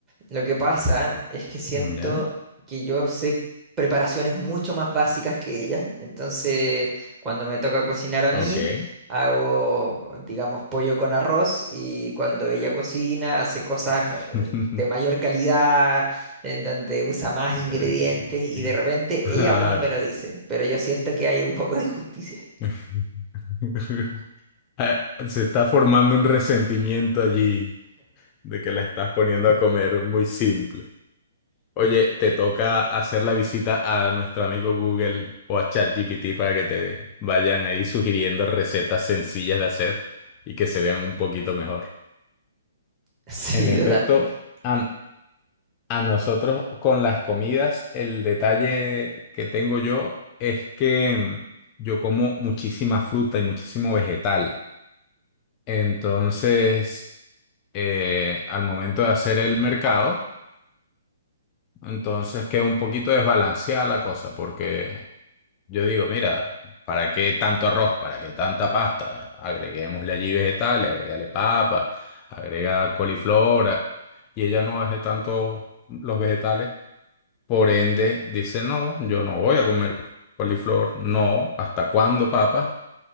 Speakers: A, on the right; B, on the left.
A: Lo que pasa es que siento
B: mm, Ya.
A: que yo sé preparaciones mucho más básicas que ella. Entonces, cuando me toca cocinar a
B: Ok.
A: mí, hago, digamos, pollo con arroz y cuando ella cocina, hace cosas
B: <laughs>
A: eh, de mayor calidad, en donde usa más ingredientes
B: Eh,
A: y
B: Claro.
A: de repente
B: Claro.
A: ella aún no me lo dice, pero yo siento que hay un poco de injusticia. <laughs>
B: <laughs> Ah, Se está formando un resentimiento allí. de que la estás poniendo a comer muy simple. Oye, te toca hacer la visita a nuestro amigo Google o a ChatGPT para que te vayan ahí sugiriendo recetas sencillas de hacer y que se vean un poquito mejor.
A: Sí,
B: En efecto,
A: totalmente.
B: a, a nosotros con las comidas, el detalle que tengo yo es que mm, yo como muchísima fruta y muchísimo vegetal. Entonces, eh, al momento de hacer el mercado, Entonces que un poquito desbalanceada la cosa, porque yo digo, mira, ¿para qué tanto arroz? ¿Para qué tanta pasta? Agreguémosle allí vegetales, agrégale papa, agrega coliflor, a- y ella no es de tanto los vegetales. Por ende, dice, no, yo no voy a comer coliflor, no, ¿hasta cuándo papa?